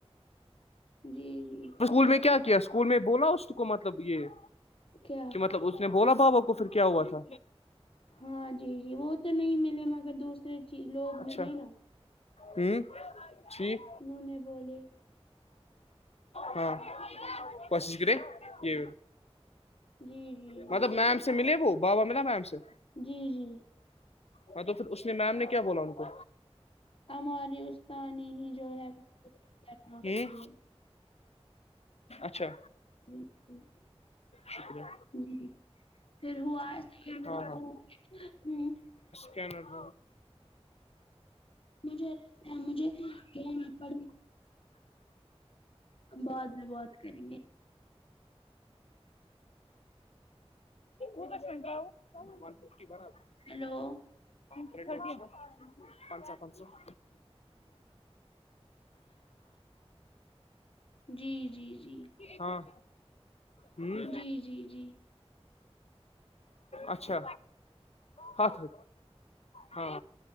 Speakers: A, on the left; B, on the left.
A: جی جی
B: اسکول میں کیا
A: ہاں
B: کیا اسکول میں بولا اس کو مطلب یہ
A: کیا
B: مطلب اس نے بولا بابا کو پھر کیا ہوا تھا
A: ہاں جی جی وہ تو نہیں ملے مگر دوسرے چی لوگ
B: اچھا
A: ملے نا
B: ہوں چھی <inaudible>
A: انہوں نے بولے
B: ہوں <inaudible> کوشش کرے
A: دادی
B: یہ
A: جی جی جی
B: مطلب میم
A: جی
B: سے ملے وہ با ملاا میںم سے
A: جی جی
B: ہاں تو پھر اس نے میم نے کیا بولا ان کو
A: ہماری استاانی ہی جو ہے خود کرنا
B: ہوں
A: ہے
B: اچھا
A: جی جی
B: شکریہ
A: جی۔ پھر ہوا ہ
B: ہاں کیا ن ب
A: مجھے مجھے یہ پڑے بعد میں بات کریں گے
B: ا <inaudible> سمجھا فف براب
A: ہیلو
B: <inaudible> پنچا پنچا <inaudible>
A: او <inaudible> جی جی جی
B: ہاں ہوں
A: جی جی جی
B: اچھا ہات ر ہاں